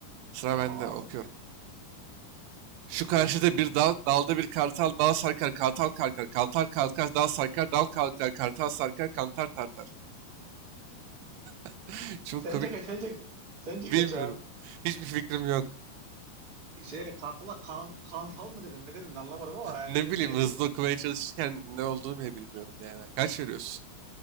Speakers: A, on the right (about 80°); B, on the right (about 35°).
A: Sıra
B: Tamam
A: bende
B: abi.
A: okuyorum. Şu karşıda bir dal, dalda bir kartal, dal sarkar, kartal kalkar, kartal kalkar, dal sarkar, dal kalkar, kartal sarkar, kantar tartar. <laughs> Çok
B: Sence
A: komik,
B: kaç? Sence, sence
A: bilmiyorum.
B: kaç abi?
A: Hiçbir fikrim yok. <laughs>
B: Şey kartala kan kantal mı dedin? Ne dedin anlamadım ama yani
A: Ne
B: öyle
A: bileyim
B: bir şeydi.
A: hızlı okumaya çalışırken ne olduğunu bile bilmiyorum yani. Kaç veriyorsun?